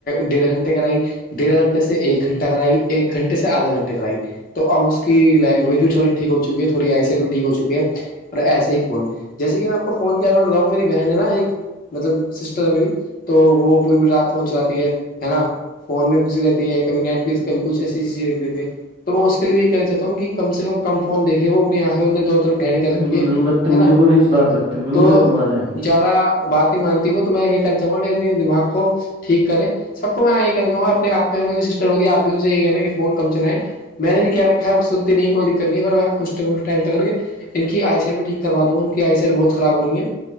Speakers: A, on the left; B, on the right.
A: ڈیڑھ گھنٹے کرائی ڈیڑھ گھنٹے سے ایک گھنٹہ کرائی ایک گھنٹے سے آدھا گھنٹے کرائی تو اب اس کی لینگویج بھی تھوڑی ٹھیک ہو چکی ہے تھوڑی آئیسٹ بھی ٹھیک ہو چکی ہے اور ایسے ہی فون جیسے کہ میں آپ کو فون کیا رہا جا میری بہن ہے نا ایک مطلب سسٹر ہے میری تو وہ پوری پوری رات فون چلات ہے نا فون میں گھسی رہتی ہے کبھی نیٹ فلکس کبھی کچھ ایسی ایسی چز دیتی ہے تو میں اس کے لیے یہ کہنا چاہتا ہوں کہ کم سے کم کم فون دیکھے وہ اپنی آنکھیں انوں دو ڈنی کر
B: بالکل
A: رکھیے
B: بالکل بدتمیزوں
A: ہے نا
B: کو نہیں سدھار سکتے بالکل
A: تو
B: صحیح فرما رہے ہیں
A: زیادہ بات نہیں مانتی وہ تو میں یہ کر چاہوں گا کہ اپنے دماغ کو ٹھیک کریں سب کو میں یہی کہہ دوں گا اپنے آپ کے گھر میں بھی سسٹر ہوگی آپ بھی ان سے یہی کہنا کہ فون کم چلائیں میں نے بھی کیا رکھا ہے پر سنتی نہیں کوئی دقت نہیں پر میں کچ کھ ٹائم تک کر کے ان کی آئی سیٹ بھی ٹھیک کرا دوں ان کی آئی سیڈ بہت خراب ہو رہی ہے